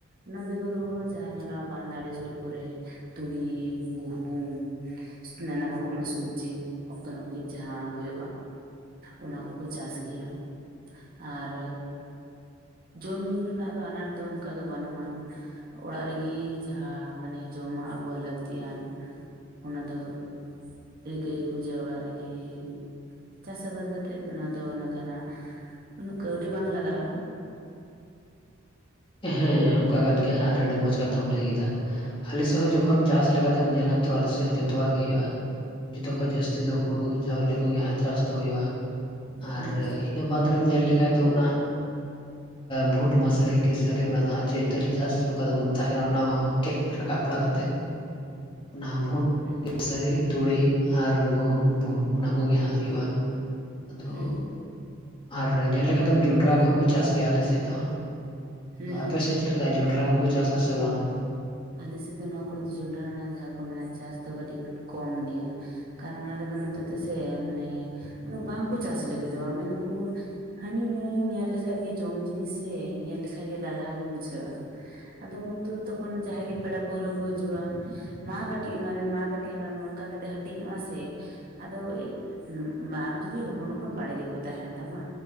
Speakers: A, on the right; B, on the left.
A: ᱚᱱᱟ ᱵᱮᱜᱚᱨ ᱦᱚ ᱡᱟᱦᱟᱸ ᱧᱮᱞᱚᱜᱼᱟ ᱵᱟᱸᱫᱽ ᱟᱲᱮ ᱥᱩᱨ ᱠᱚᱨᱮ ᱛᱩᱲᱤ, ᱜᱩᱦ- ᱜᱩᱦᱩᱢ ᱱᱟᱱᱟ ᱨᱚᱠᱚᱢᱟᱜ ᱥᱚᱵᱡᱤ ᱚᱠᱛᱚ ᱱᱟᱹᱯᱤᱛ ᱡᱟᱦᱟᱸ ᱦᱩᱭ᱾ ᱚᱱᱟ ᱠᱚᱠᱚ ᱪᱟᱥ ᱜᱮᱭᱟ ᱟᱨᱼᱼ ᱡᱚᱢ ᱧᱩ ᱨᱮᱱᱟᱜ ᱫᱚ ᱟᱱᱟᱴ ᱫᱚ ᱚᱱᱠᱟ ᱫᱚ ᱵᱟᱹᱱᱩᱜ ᱟᱱ ᱚᱲᱟᱜ ᱨᱮᱜᱤ ᱡᱟᱦᱟᱸ ᱢᱟᱱᱮ ᱡᱚᱢᱟᱜ ᱟᱵᱩᱣᱟᱜ ᱞᱟᱹᱠᱛᱤ ᱭᱟᱱ ᱚᱱᱟ ᱫᱚ ᱨᱤᱠᱟᱹᱭᱟᱠᱚ ᱡᱮ ᱚᱲᱟᱜ ᱨᱮᱜᱮᱼᱼ ᱪᱟᱥ ᱟᱵᱟᱫ ᱠᱟᱛᱮᱜ ᱚᱱᱟ ᱫᱚ ᱠᱟᱱᱟ ᱩᱱᱟᱹᱜ ᱠᱟᱹᱣᱰᱤ ᱵᱟᱝ ᱞᱟᱜᱟᱜᱼᱟ᱾
B: ᱦᱮᱸ ᱚᱱᱠᱟ ᱠᱟᱱ ᱜᱮᱭᱟ ᱟᱨ ᱟᱹᱰᱤ ᱢᱚᱸᱡᱽ ᱠᱟᱛᱷᱟᱢ ᱞᱟᱹᱭ ᱠᱮᱫᱟ᱾ ᱟᱞᱮ ᱥᱮᱫ ᱦᱚᱸ ᱡᱚᱠᱷᱚᱱ ᱪᱟᱥ ᱞᱮᱠᱟᱛᱮᱢ ᱧᱮᱞᱟ ᱛᱚ ᱟᱞᱮ ᱥᱮᱫ ᱦᱚᱸ ᱡᱚᱛᱚᱣᱟᱜ ᱜᱮ ᱦᱩᱭᱩᱜᱼᱟ᱾ ᱡᱚᱛᱚ ᱠᱷᱚᱡ ᱡᱟᱹᱥᱛᱤ ᱫᱚ ᱦᱩᱲᱩ ᱪᱟᱣᱞᱮ ᱠᱚᱜᱮ ᱦᱟᱸᱜ ᱪᱟᱥ ᱫᱚ ᱦᱩᱭᱩᱜᱼᱟ᱾
A: ᱦᱩᱸ
B: ᱟᱨ ᱤᱱᱟᱹ ᱵᱟᱫᱽ ᱨᱮᱢ ᱧᱮᱞ ᱞᱮᱠᱷᱟᱱ ᱫᱚ ᱚᱱᱟ ᱵᱷᱩᱴᱼᱼ ᱠᱩᱴᱢᱟᱥᱟᱹᱨᱤ ᱠᱮᱥᱟᱹᱨᱤ ᱚᱱᱟ ᱫᱚ ᱦᱟᱸᱜ ᱪᱳᱭᱛᱟᱞᱤ ᱪᱟᱥ ᱚᱠᱟ ᱫᱚᱠᱚ ᱢᱮᱛᱟᱜ ᱠᱟᱱᱟ ᱚᱱᱟ ᱦᱚᱸ ᱜᱮᱫᱼᱼ ᱨᱟᱠᱟᱵ ᱵᱟᱲᱟ ᱠᱟᱛᱮᱮᱫ ᱚᱱᱟ ᱵᱷᱩᱴᱼᱼ
A: ᱦᱢ
B: ᱛᱥᱟᱹᱨᱤ ᱛᱩᱲᱤ ᱟᱨ ᱜᱩᱦᱩᱢ ᱵᱷᱩᱲ ᱚᱱᱟ ᱠᱚᱜᱮ ᱦᱟᱸᱜ ᱦᱩᱭᱩᱜᱼᱟ᱾ ᱟᱫᱚ
A: ᱦᱩᱸ
B: ᱟᱨ ᱧᱮᱞ ᱞᱮᱠᱷᱟᱱ ᱫᱚᱢ ᱡᱚᱱᱰᱨᱟ ᱠᱚᱦᱚᱸ ᱠᱚ ᱪᱟᱥ ᱜᱮᱭᱟ ᱟᱞᱮ ᱥᱮᱫ ᱫᱚ ᱦᱟᱸᱜᱼᱼ ᱟᱫᱚ
A: ᱦᱩᱸ ᱦᱩᱸ
B: ᱟᱯᱮᱮᱥᱮᱫ ᱪᱮᱫ ᱞᱮᱠᱟ ᱡᱚᱱᱰᱨᱟ ᱠᱚᱠᱚ ᱪᱟᱥᱟ ᱥᱮ ᱵᱟᱝ?
A: ᱟᱞᱮᱮᱥᱮᱫ ᱫᱚ ᱱᱚᱣᱟ ᱠᱚᱨᱮ ᱫᱚ ᱡᱚᱱᱰᱨᱟ ᱨᱮᱱᱟᱜ ᱡᱟᱦᱟᱸ ᱠᱚ ᱢᱮᱱᱟ ᱪᱟᱥ ᱫᱚ ᱠᱟᱹᱴᱤᱡ ᱠᱚᱢ ᱜᱮᱭᱟ᱾ ᱠᱟᱨᱚᱱ ᱟᱞᱮ ᱫᱚ ᱱᱚᱛᱮ ᱛᱮᱥᱮ ᱢᱟᱱᱮ ᱵᱟᱝᱠᱚ ᱪᱟᱥ ᱞᱟᱹᱜᱤᱫᱚᱜᱼᱟ ᱢᱮᱱᱟᱠᱚ ᱦᱟᱹᱱᱤ ᱱᱟᱹᱭ ᱧᱮᱞ ᱞᱮᱠᱷᱟᱡ ᱜᱮ ᱡᱚᱢ ᱡᱤᱱᱤᱥᱮ ᱧᱮᱞ ᱞᱮᱠᱟᱡ ᱜᱮ ᱞᱟᱞᱦᱟ ᱜᱮ ᱵᱩᱡᱷᱟᱹᱜᱼᱟ᱾ ᱟᱫᱚ ᱩᱱ ᱚᱠᱛᱚ ᱫᱚ ᱛᱚᱠᱷᱚᱱ ᱡᱟᱦᱟᱸᱭ ᱜᱮ ᱯᱮᱲᱟ ᱯᱟᱹᱲᱦᱟ ᱠᱚ ᱦᱤᱡᱩᱜᱼᱟ᱾ ᱢᱟ ᱠᱟᱹᱴᱤᱡ ᱮᱢᱟᱭ ᱢᱮ ᱢᱟ ᱠᱟᱹᱴᱤᱡ ᱮᱢᱟᱭ ᱢᱮ ᱚᱱᱠᱟ ᱠᱟᱛᱮᱫ ᱦᱟᱹᱴᱤᱧᱚᱜᱼᱟ ᱥᱮᱼᱼ ᱟᱫᱚ ᱱᱩ ᱢᱟᱨᱪ <unintelligible> ᱡᱩᱫᱤ ᱦᱚᱯᱚᱱ ᱦᱚᱯᱚᱱ ᱵᱟᱲᱜᱮ ᱠᱚ ᱛᱟᱦᱮᱱ ᱛᱟᱢᱟ